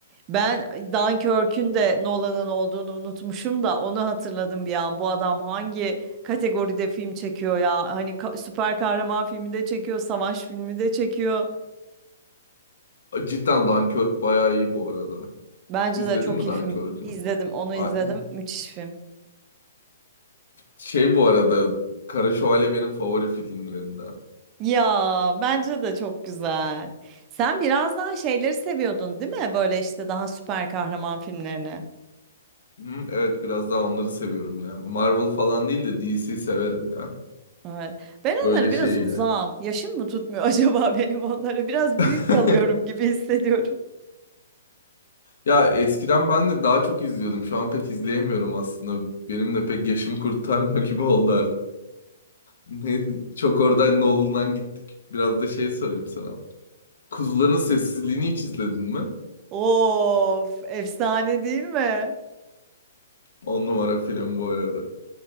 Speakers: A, on the right; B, on the left.
A: Ben Dunkirk'ün de Nolan'ın olduğunu unutmuşum da onu hatırladım bir an. Bu adam hangi kategoride film çekiyor ya? Hani ka- süper kahraman filmi de çekiyor, savaş filmi de çekiyor.
B: Cidden Dunkirk bayağı iyi bu arada.
A: Bence
B: İzledin
A: de çok
B: mi
A: iyi
B: Dunkirk'ü?
A: film. İzledim, onu
B: A-
A: izledim. Müthiş film.
B: Şey bu arada. Kara Şövalye benim favori filmlerimden.
A: Ya bence de çok güzel. Sen biraz daha şeyleri seviyordun, değil mi? Böyle işte daha süper kahraman filmlerini.
B: Hı, Evet biraz daha onları seviyorum ya. Marvel falan değil de DC severim ya.
A: Evet. Ben
B: Böyle
A: onları biraz
B: şeyler.
A: uzağım. Yaşım mı tutmuyor <laughs> acaba benim onlara? Biraz büyük
B: <laughs>
A: kalıyorum gibi hissediyorum.
B: Ya eskiden ben de daha çok izliyordum. Şu an pek izleyemiyorum aslında. Benim de pek yaşım kurtarmıyor gibi oldu Neyse, çok oradan Nolan'dan gittik. Biraz da şey sorayım sana. Kuzuların Sessizliğini hiç izledin mi?
A: Of, efsane değil mi?
B: On numara film bu arada.